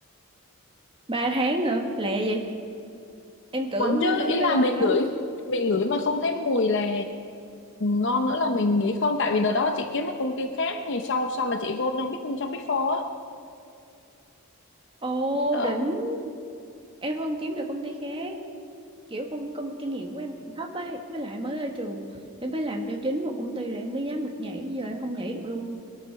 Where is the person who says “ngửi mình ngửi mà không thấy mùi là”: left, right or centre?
Left